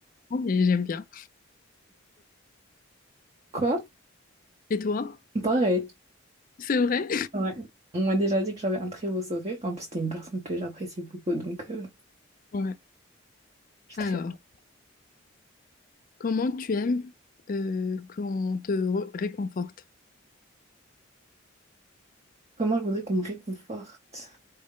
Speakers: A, on the left; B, on the right.
A: Et j'aime bien.
B: Quoi?
A: Et toi?
B: Pareil.
A: C'est vrai?
B: Ouais. On m'a déjà dit que j'avais un très beau sourire. En plus, t'es une personne que j'apprécie beaucoup, donc euh,
A: Ouais.
B: je suis
A: Alors,
B: très...
A: comment tu aimes euh, qu'on te re- réconforte?
B: Comment je voudrais qu'on me réconforte?